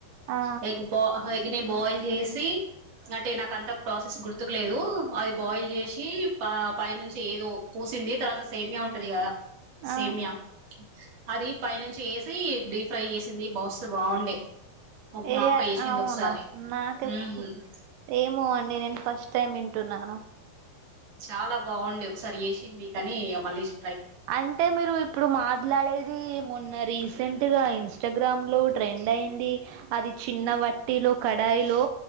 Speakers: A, on the right (about 85°); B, on the right (about 50°).
A: ఆ
B: ఎగ్ బా ఎగ్ న బాయిల్ చేసి అంటే నాక అంత ప్రాసెస్ గుర్తుకులేదు అది బాయిల్ చేసి పై నుంచి ఏదో పూసింది తర్వాత సేమియా ఉంటది కదా
A: ఆ
B: సేమియా అది పైనుంచి ఏ డీప్ ఫ్రై చేసింది బాస్త బాగుండే
A: ఏ
B: మా అక్క చేసింది
A: అవునా
B: ఒకసారి
A: నాకేపు
B: ఉమ్
A: ఏమో అండి నేను ఫస్ట్ టైమ్ వింటున్నాను
B: చాలా బాగుండే ఒకసారి వేసింది కాని మల్లేష్
A: అంటే మీరు ఇప్పుడు మాట్లాడేది మొన్న రీసెంట్ గా ఇన్స్టాగ్రామ్ లో ట్రెండ్ అయింది అది చిన్న వట్టిలో కడ స్ లో